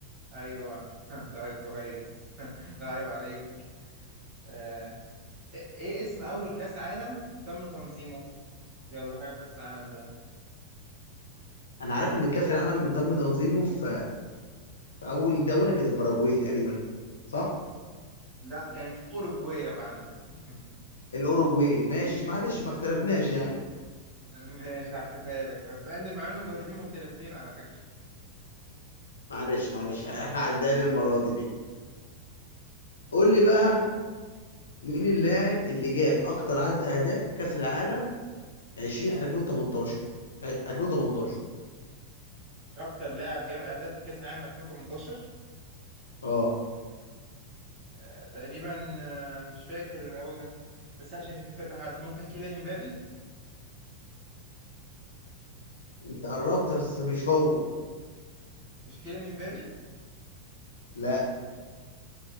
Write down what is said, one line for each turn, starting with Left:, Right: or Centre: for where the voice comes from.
Right: أيوه <laughs> طيب كويس <laughs> لا عيب عليك آه إيه إيه اسم أول كأس عالم تم تنظيمه؟ يلا حاجة في كأس العالم بقى
Left: انا عارف ان كأس العالم تم تنظيمه في في اول دولة كانت الباراجواي تقريبا صح
Right: لا كانت الأوروجواي يا معلم <laughs>
Left: الاوروجواي ماشي معلش ما اختلفناش يعني
Right: ماشي هحسبها لك بس مع إن مع إنهم دولتين مختلفتين على فكرة
Left: معلش معلش <laughs> هعديها لي المره دي دي قول لي بقى مين اللاعب اللي جاب اكتر عدد اهداف في كاس العالم 20 2018 2018
Right: أكتر لاعب جاب أهداف في كأس العالم 2018
Left: اه
Right: آه، تقريبا آه، مش فاكر قوي بس انا شاكك في كذا حد ممكن كيليان امبابي
Left: انت قربت بس مش هو
Right: مش كيليان امبابي
Left: لا